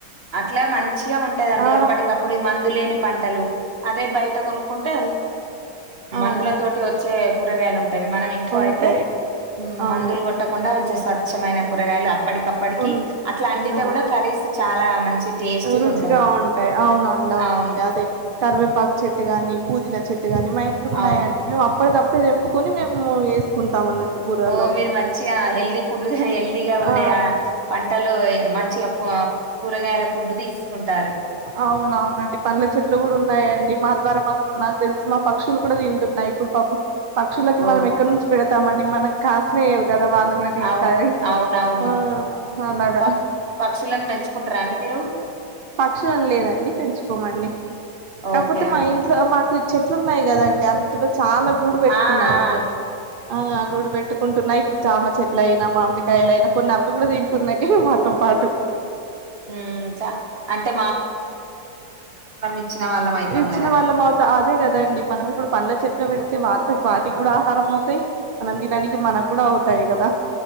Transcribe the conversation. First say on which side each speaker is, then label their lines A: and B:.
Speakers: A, on the right; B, on the right.
A: అట్లా మంచిగా ఉంటదండి
B: ఆ
A: ఎప్పటికప్పుడు మందులేని పంటలు అదే బయట కొనుక్కుంటే
B: అవును
A: మందుల తోటి వచ్చే కూరగాయలు ఉం మనం ఇంట్లో
B: ఉంటాయి
A: అయితే
B: అవును
A: మందులు కొట్టకుండా స్వచ్ఛమైన కూరగాయలు అప్పటికప్పటికి
B: ఉన్
A: అట్లా అందితే
B: ఆ
A: కూడా కర్రీస్ చాలా మంచి టేస్టీగా
B: రుచిగా
A: ఉంటది
B: ఉంటాయి అవునండి అవునండి
A: అవును.
B: అదే కరివేపాకు చెట్టు గాని పుదీనా చెట్టు కాగాని మా ఇంట్లోఉన్నాయండి
A: అవును.
B: మేము అప్పడ కప్పుడే తెంపుకొని మేము వేసుకుంటాం అన్నట్టు కూరలో
A: ఓ మీరు మంచిగా హెల్దీ ఫుడ్ హెల్దీగా ఉండే
B: ఆ
A: వంటలు మంచిగా కూరగాయల ఫుడ్ తీసుకుంటారు
B: అవునవునండి పండ్ల చెట్లు కూడా ఉన్నాయండి మా నాకు తెలిసి మా పక్షులు కూడా తింటున్నాయి ఇప్పుడు పాపం పక్షులకి
A: ఓ
B: మనం ఎక్కడ నుంచి పెడ తస్తామండి మనం కాచినయే కదా వాళ్ళు కూడా తింటయి
A: అవును. అవునవును.
B: ఆ అలాగా
A: ప పక్షులను పెంచుకుంటరా అండి మీరు
B: పక్షులు ఏం లేదండి పెంచుకోమండి కాకపోతే
A: ఓకే.
B: మా
A: ఓకే.
B: ఇంట్లో మాకు చెట్లు ఉన్నాయి కదాండి అంతలో చాలా గూడు పెట్టుకున్నాయి
A: ఆ ఆ
B: అవి ఆ గూడు పెట్టు పెట్టుకుంటున్నాయి ఇప్పుడు జామ చెట్లు అయినా మామిడికాయలు అయినా కొన్ని అవి కూడా తింటున్నాయి మాతో పాటు
A: ఉమ్ చ అంటే ఇచ్చిన వాళ్ళం అయితాం
B: ఇచ్చిన
A: కదా!
B: వాళ్ళం అవుత అదే కద అండి మనం ఇప్పుడు పళ్ళ చెట్లు పెడత ఐతే వాటి వాటికి కూడా ఆహారం అవుతాయి మనం తిననికి మనకు కూడా అవుతాయి కదా